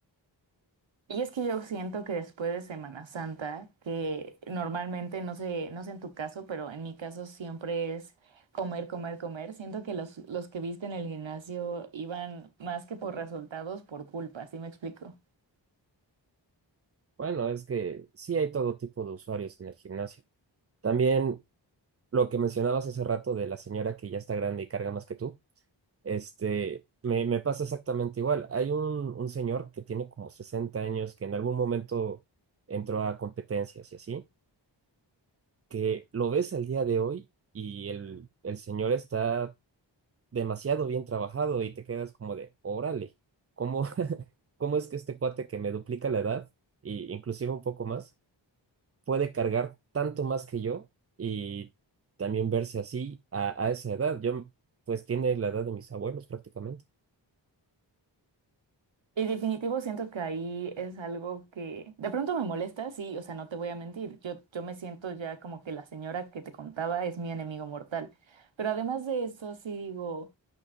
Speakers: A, on the right; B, on the right.
A: Y es que yo siento que después de Semana Santa, que normalmente, no sé, no sé en tu caso, pero en mi caso siempre es comer, comer, comer. Siento que los, los que viste en el gimnasio iban más que por resultados, por culpa, ¿sí me explico?
B: Bueno, es que sí hay todo tipo de usuarios en el gimnasio. También lo que mencionabas hace rato de la señora que ya está grande y carga más que tú. Este, me, me pasa exactamente igual. Hay un, un señor que tiene como 60 años, que en algún momento entró a competencias y así, que lo ves al día de hoy y el, el señor está demasiado bien trabajado y te quedas como de, órale, ¿cómo, <laughs> cómo es que este cuate que me duplica la edad, y inclusive un poco más, puede cargar tanto más que yo y también verse así a, a esa edad? Yo, pues tiene la edad de mis abuelos prácticamente.
A: Y definitivo siento que ahí es algo que de pronto me molesta, sí, o sea, no te voy a mentir. Yo, yo me siento ya como que la señora que te contaba es mi enemigo mortal. Pero además de eso, sí digo.